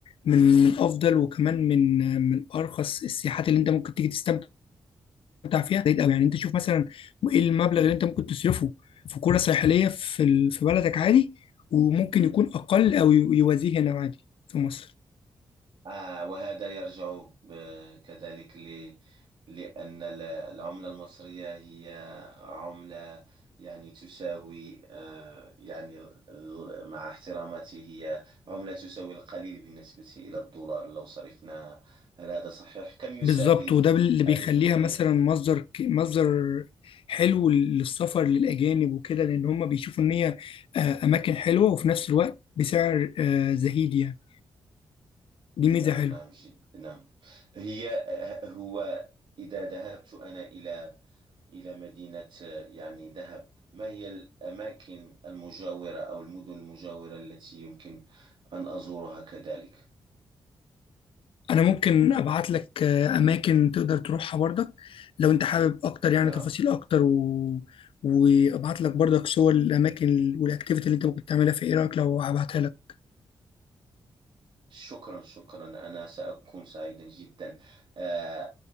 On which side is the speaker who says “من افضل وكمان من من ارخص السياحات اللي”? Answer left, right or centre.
Left